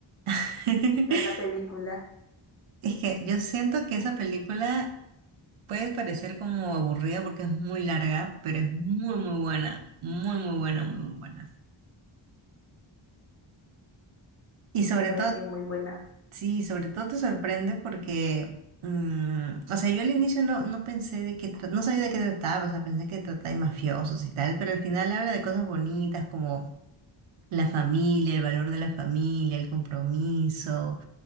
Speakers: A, on the right; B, on the left.
A: <laughs>
B: ver la película.
A: Es que yo siento que esa película puede parecer como aburrida porque es muy larga, pero es muy, muy buena. Muy, muy buena, muy, muy buena. Y sobre
B: Es verdad
A: todo,
B: que es muy buena.
A: sí, sobre todo te sorprende porque, mm, o sea, yo al inicio no, no pensé de qué, tra- no sabía de qué trataba, o sea, pensé que trataba de mafiosos y tal, pero al final habla de cosas bonitas como La familia, el valor de la familia, el compromiso,